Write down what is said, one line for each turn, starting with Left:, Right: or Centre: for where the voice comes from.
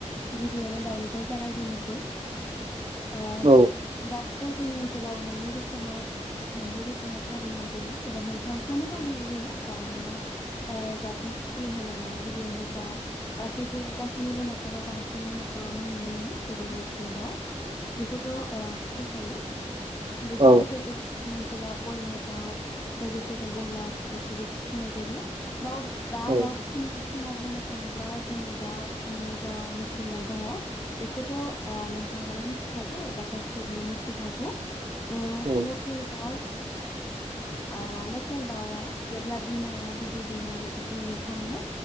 Left: गिबियावनो दाउनिफ्राय जागायजेनोसै ओ
Right: औ
Left: दाउखौ जोंनि ओनसोलाव मोननै रोखोमाव मोननै रोखोमाव फालिनाय जायो एबा मोनथामखौनो फालिनाय जायो दा मा मा ओ जातनि फिसि होनोब्ला गिबियावनो जा गासैबो गासैनिबो न'खराव बांसिननि न'खरावनो नुनो मोनो जेरै लकेल दाउ बेखौथ' ओ फिसिखायो बेजों
Right: औ
Left: लोगोसे जोंनि ओनसोलाव कयलार दाउ लोगोसेनो बयलार बेखौबो फिसिनाय जायो दाउ दा
Right: औ
Left: दाउ फिसिनायनि समाव बुं थाङोब्ला जोंना दा जा ओम लकेल दाउ दङ बेखौथ' ओ नोंथाङाबो मिथि खागौ एबा गासैबो मिथिखागौ ओम
Right: ओम
Left: खेलदाव
Right: <inaudible>
Left: ओ लकेल दाउआ जेब्ला बिमाया बिदै दैनाय दैखाङो